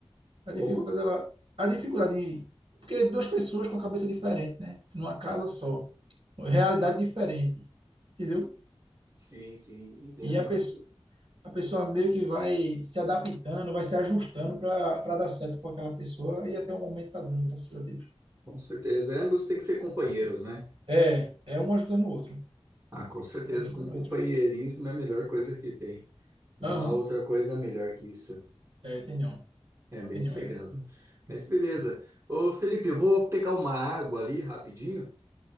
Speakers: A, on the right; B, on the right.
A: A dificuldade,
B: Como?
A: ela... A dificuldade... Porque duas pessoas com a cabeça diferente, né? Numa casa só. realidade diferente, entendeu?
B: Sim, sim, entendo.
A: E a pessoa, a pessoa meio que vai se adaptando, vai se ajustando para para dar certo com aquela pessoa e até o momento tá dando, graças a Deus.
B: Com certeza. Ambos têm que ser companheiros, né?
A: É, é um ajudando o outro,
B: Ah, com certeza.
A: um ajudando
B: Com companheirismo
A: o outro.
B: é a melhor coisa que tem. Não
A: Aham,
B: há outra coisa melhor que isso.
A: É, tenham,
B: É bem
A: tenham,
B: sossegado.
A: é
B: Mas beleza. Ô, Felipe, eu vou pegar uma água ali rapidinho,